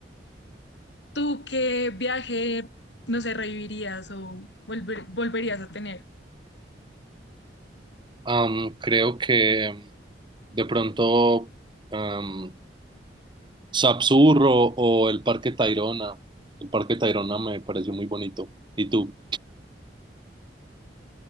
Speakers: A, on the left (about 85°); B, on the right (about 25°).
A: ¿Tú qué viaje, no sé, revivirías o volver- volverías a tener?
B: Am, creo que de pronto am, Sapsurro o el Parque Tayrona. El Parque Tayrona me pareció muy bonito. ¿Y tú?